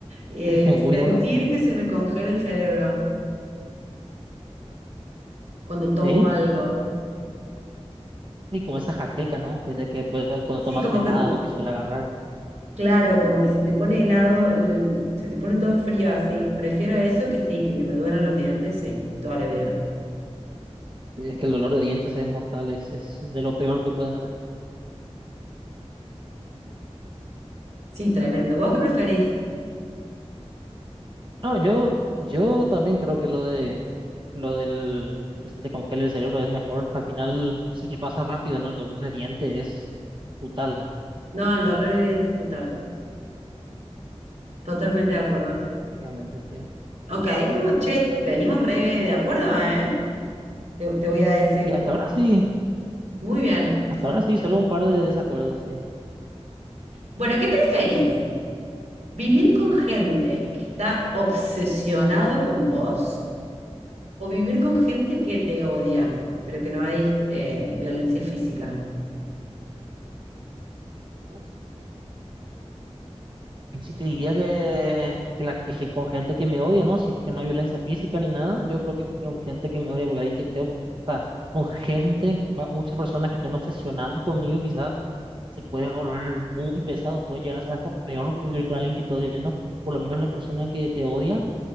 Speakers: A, on the right; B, on the right.
A: Eh,
B: <laughs> Sí, muy
A: sentir
B: duro.
A: que se me congela el cerebro cuando tomo
B: ¿Sí?
A: algo.
B: Sí, como esa jaqueca, ¿no? Que, te- que puede, cuando tomas
A: Sí, como
B: un helado
A: que,
B: que suele agarrar.
A: claro, como que se te pone helado, el- se te pone todo frío así. Prefiero eso que sí, que, que me duelen los dientes, sí, toda la vida.
B: Sí, es que el dolor de dientes es mortal, es, es de lo peor que puede haber.
A: Sí, tremendo. ¿Vos qué preferís?
B: No, yo, yo también creo que lo de lo del que se te congela el cerebro es mejor. Al final, si te pasa rápido, ¿no? El dolor de diente es brutal,
A: No, el dolor de dientes es brutal. Totalmente de acuerdo.
B: definitivamente, sí.
A: Ok, estamos, che, venimos re de acuerdo, ¿eh? Te, te voy a decir.
B: Y hasta ahora sí,
A: Muy bien.
B: hasta ahora sí, solo un par de desacuerdos, sí.
A: Bueno, ¿qué preferís? ¿Vivir con gente que está obsesionado con vos o vivir con gente que te odia, pero que no hay eh, violencia física?
B: Uf, pues sí te diría que, que las quejé con gente que me odia, ¿no? Si es que no hay violencia física ni nada, yo creo que que con gente que me odia, porque alguien que esté, o sea, con gente, va- muchas personas que estén obsesionadas conmigo, quizás. se puede volver muy pesado, puede llegar a ser hasta peor que vivir con alguien que te odia, ¿no? Por lo menos la persona que te odia,